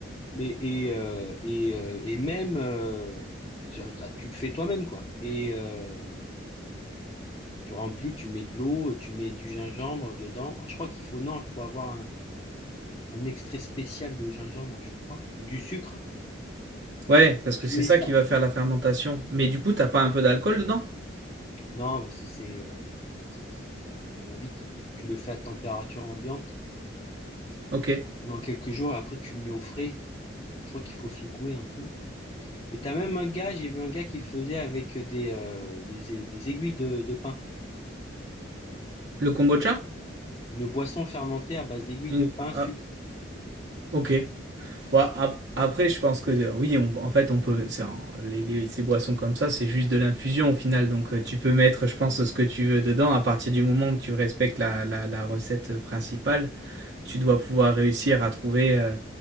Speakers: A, on the left; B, on the right.
A: Mais et euh, et, euh, et même euh, tu tu le fais toi-même quoi. Et euh, tu remplis, tu mets de l'eau, tu mets du gingembre dedans. Alors je crois qu'il faut non, il faut avoir un, un extrait spécial de gingembre, je crois. Du sucre,
B: Ouais, parce que
A: tu
B: c'est
A: mets
B: ça
A: ça.
B: qui va faire la fermentation. Mais du coup, t'as pas un peu d'alcool dedans?
A: Non, parce que c'est euh, c'est- ça, ça ça va vite. Tu le fais à température ambiante
B: Ok. Et
A: pendant quelques jours et après tu le mets au frais. Je crois qu'il faut le secouer un peu. Et t'as même un gars, j'ai vu un gars qui le faisait avec des, euh, des, a- des aiguilles de, de pain.
B: le kombucha?
A: Une boisson fermentée à base d'aiguilles
B: Une-
A: de pain, sucre
B: ah, ok. Ouais, ap- après, je pense que euh, oui, on- en fait, on peut. c'est un- les- les- ces boissons comme ça, c'est juste de l'infusion au final. Donc, euh, tu peux mettre, je pense, ce que tu veux dedans à partir du moment où tu respectes la, la- la recette principale. tu dois pouvoir réussir à trouver, euh,